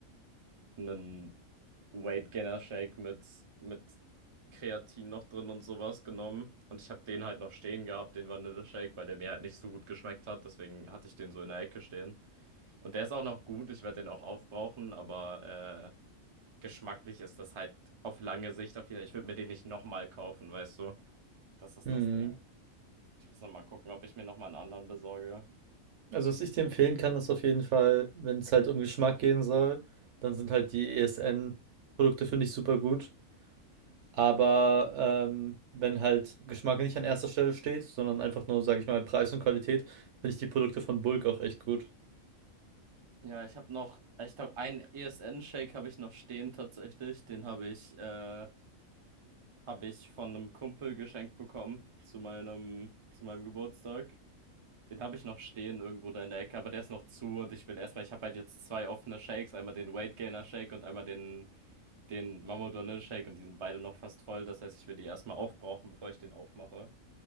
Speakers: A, on the right; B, on the right.
A: einen Weight Gainer Shake mit, mit Kreatin noch drin und sowas genommen. Und ich habe den halt noch stehen gehabt, den Vanille-Shake, weil der mir halt nicht so gut geschmeckt hat. Deswegen hatte ich den so in der Ecke stehen. Und der ist auch noch gut. Ich werde den auch aufbrauchen, aber äh, geschmacklich ist das halt auf lange Sicht auf jeden Fall. Ich würde mir den nicht nochmal kaufen, weißt du. Das ist
B: Hm.
A: das Ding. Ich muss noch mal gucken, ob ich mir noch mal einen anderen besorge.
B: Also, was ich dir empfehlen kann, ist auf jeden Fall, wenn es halt um Geschmack gehen soll, dann sind halt die ESN-Produkte, finde ich, super gut. Aber ähm, wenn halt Geschmack nicht an erster Stelle steht, sondern einfach nur, sage ich mal, Preis und Qualität, finde ich die Produkte von Bulk auch echt gut.
A: Ja, ich habe noch, ich habe einen ESN-Shake habe ich noch stehen tatsächlich. Den habe ich, äh, habe ich von einem Kumpel geschenkt bekommen zu meinem, zu meinem Geburtstag. Den habe ich noch stehen irgendwo da in der Ecke, aber der ist noch zu und ich will erstmal, ich habe halt jetzt zwei offene Shakes, einmal den Weight Gainer Shake und einmal den, den Mama Shake und die sind beide noch fast voll. Das heißt, ich will die erstmal aufbrauchen, bevor ich den aufmache.